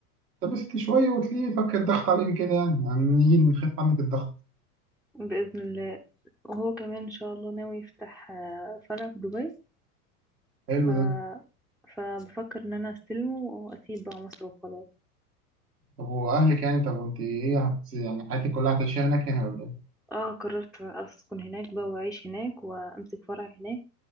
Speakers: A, on the right; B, in the centre.
A: طب بس انت شويه وتلاقيه فك الضغط عليهم كده يعني يعني نيجي نخف عنك الضغط
B: باذن الله وهو كمان ان شاء الله ناوي يفتح آه، فرع في دبي
A: حلو
B: ف
A: ده
B: فبفكر ان انا استلمه واسيب بقى مصر وخلاص
A: طب واهلك يعني طب وانت ايه هت يعني حياتك كلها هتعيشيها هناك هنا ولا ايه؟
B: اه قررت اسكن هناك بقى واعيش هناك وامسك فرع هناك